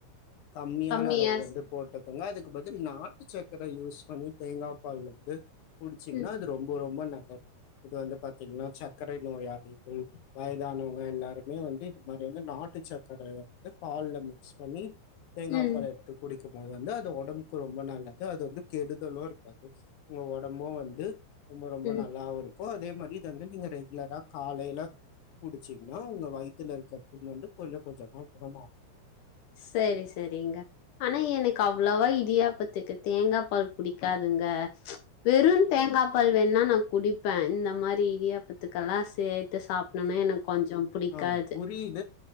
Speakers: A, on the left; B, on the left.
A: கம்மியான
B: கம்மியா
A: அளவு வந்து போட்டு னா அதுக்கு பதில் நாட்டு சக்கர யூஸ் பண்ணி தேங்காய் பால் வந்து குடிச்சிங்கன்னா
B: ம்
A: அது ரொம்ப ரொம்ப நல் இது வந்து பாத்தீங்கன்னா சர்க்கரை நோயாளிகள் வயதானவங்கள் எல்லாருமே வந்து இது மாரி வந்து நாட்டு சர்க்கரை வந்து பால்ல மிக்ஸ் பண்ணி தேங்காய்
B: ம்
A: பால் எடுத்து குடிக்கும் போது வந்து அது ஒடம் ரொம்ப நல்லது அது வந்து கெடுதலும் இருக்காது உங்க உடம்பும் வந்து ரொம்ப ரொம்ப
B: ம்
A: நல்லாவும் இரு க்கு அதே மாதிரி இத வந்து நீங்க ரெகுலரா காலையில குடிச்சீங்கன்னா உங்க வயி த்துலஇருக்கிற புண்ணு வந்து கொஞ்சம் கொஞ்சமா குணம் ஆகும்
B: சரி சரிங்க ஆனா எனக்கு அவ்வளவா இடியாப்பதுக்கு தேங்காய் பால் புடிக்காதுங்க வெறும் தேங்காய் பால் வேணுன்னா குடிப்பேன் இந்த மாரி இடியாப்பத்து எல்லாம் சேத் சாப்பினுனான் எனக்கு கொஞ்சம் பிடிக்காது
A: ஆ புரியுது